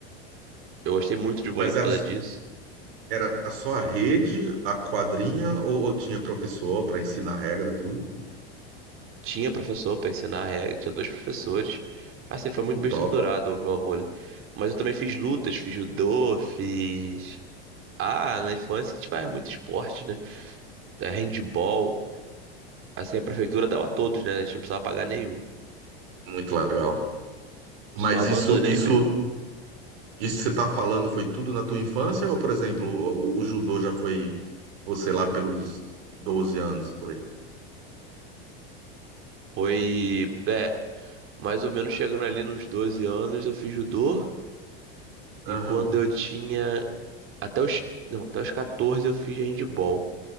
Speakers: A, on the right (about 45°); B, on the right (about 70°).
A: Eu gostei muito de vôlei
B: Mas
A: por
B: era,
A: causa disso.
B: era só a rede, a quadrinha, ou, ou tinha professor para ensinar a regra, tudo?
A: Tinha professor para ensinar a regra, tinha dois professores. Assim, foi muito
B: Que
A: bem estruturado
B: top.
A: o vôlei. Mas eu também fiz lutas, fiz judô, fiz. Ah, na infância a gente faz muito esporte, né? É, Handball. Assim, a prefeitura dava a todos, né? A gente não precisava pagar nenhum.
B: Muito legal. Mas
A: Só abandonei
B: isso, isso,
A: mesmo.
B: isso que você está falando foi tudo na tua infância? Ou, por exemplo, o, o- judô já foi você lá pelos doze anos, por aí?
A: Foi, é, mais ou menos chegando ali nos 12 anos, eu fiz judô.
B: Aham.
A: E quando eu tinha até os, não, até os 14 eu fiz handball.